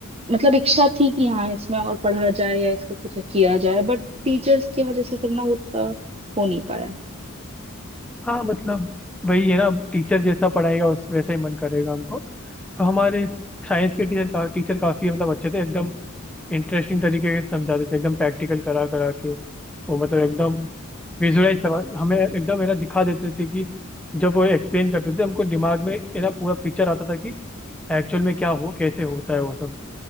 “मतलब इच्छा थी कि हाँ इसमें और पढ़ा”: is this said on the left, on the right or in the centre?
Right